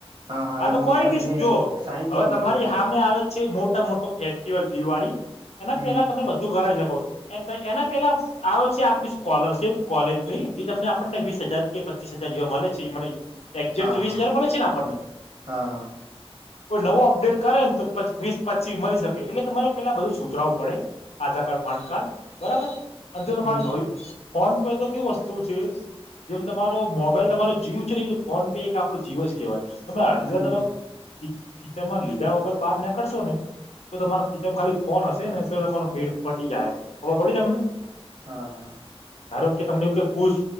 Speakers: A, on the right (about 50°); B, on the left (about 90°).
A: હા હા
B: આતો
A: એમનું
B: કોઈ
A: નામ
B: ની
A: ને
B: જો
A: સાઈન
B: હવે
A: પણ જોવે
B: તમારી
A: એમ
B: હામે આવે છે, મોટા મોટા ફેસ્ટિવલ દિવાળી એના
A: હમ
B: પેલા તમે બધું કરાવી શકો એ એના પેલા આવે છે, આપણી સ્કોલરશીપ કોલેજની જે તમને આપણને વીસ હજાર કે પ ચીસ હજાર જેવા મલે છે, મને એકજેટ
A: હા
B: તો વીસ
A: હા
B: હજાર મલે ને આપણ ને?
A: હા હા
B: કોઈ નવો અપડેટ કરે ને તો વીસ પચી મળી શકે એટલે તમારે પેલા બધું સુધારવું પડે આધાર કાર્ડ, પાન કાર્ડ બરાબર. અને જો તમારે
A: હમ
B: ભવ ફોન પરે તો કેવી વસ્તુ છે, જેમ તમા રો મોબાઈલ તમારો જીવ છે, ને ફોન પે કે આપડો જીવ જ કેહેવાય તમે અડધ
A: હમ
B: તમ
A: હમ
B: ખીચાનમાં લીધા વગર બહાર નાકળશો ને તો તમારા ખીચનમાં ખાલી ફોન હશે ને તો તમારો મેડ પટી જાય ખબર પડી તમને?
A: હા, હા.
B: ધારો કે તમને એવું કે કુશ